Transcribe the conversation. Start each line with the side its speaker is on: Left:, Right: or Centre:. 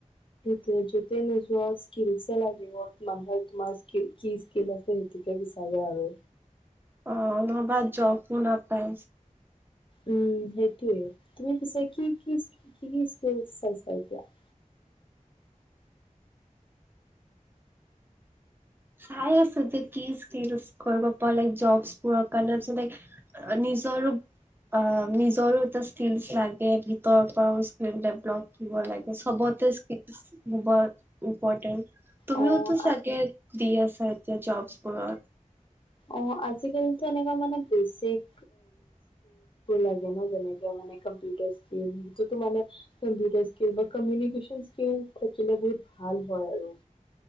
Left: তুমি যতে নোযোৱা স্ক্ৰীলএ লাগিব মানুহে তোমাৰ কি স্ক্ৰীল আছে সেইটোকে। বিচাৰে আৰু
Right: অঁ নহবা জবওঁ নাপাই।
Left: উম সেইটোৱে তুমি পিছে কি কি কি কি স্ক্ৰীল চাইছা এতিয়া। উম।
Right: চাই আছো যে কি স্কিল কৰিব প লাই জবছবোৰৰ কাৰণে আচলতে ল নিজ ৰূপ। অঁ নিজৰো এটা স্কিলচ লাগে ভিতৰৰ পৰাও স্কিল ডেভলপ ব লাগে চবতে ক্ৰিল ইম্পৰ্টেণ্ট তুমিতো
Left: অ অ
Right: চাগে দি আছে এতিয়া জব বোৰৰ।
Left: অঁ আজিকালিটো এনেকুৱা মানে বেচিক লাগে ন যেনেকে মানে কম্পিউটাৰ স্ক্ৰীল যিতো মানে কম্পিউটাৰ স্কিল বা কমিউনিকেশ্যন স্কিল থাকিলা বহুত ভাল হয় আৰু